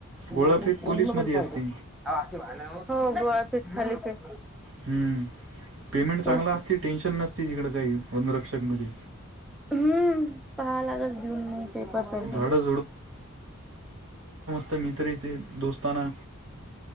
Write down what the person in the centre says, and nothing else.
म जमलं
पाहि
हो गोळाफेक खालीपेक
तेच
हम्म पहाव लागल देऊन मग पेपर तसा